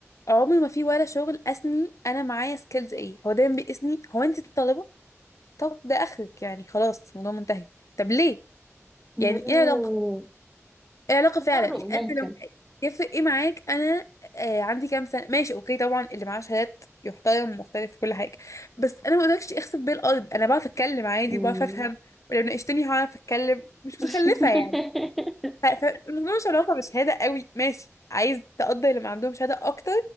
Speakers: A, on the left; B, in the centre.
A: عمري ما في ولا شغل قاسني انا معايا سكيلز ايه هو دايما بيقيسني هو انت طالبة طب ده اخرك يعني خلاص الموضوع منتهي طب ليه
B: مم.
A: يعني ايه علاقة العلاقة
B: تفرغ
A: فعلا يعني
B: ممكن
A: انت لما يفرق ايه معاك انا آه عندي كام سنة ماشي اوكي طبعا اللي معاه شهادات يحترم مختلف في كل حاجة بس انا ما اقدرش اخسف بيه الارض انا بعرف اتكلم عادي
B: مم.
A: وبعرف افهم ولو ناقشتني هعرف اتكلم مش متخلفة
B: <laughs>
A: يعني ف- فالموضوع مش علاقة بشهادة قوي ماشي عايز تقدر اللي ما عندهم شهادة اكتر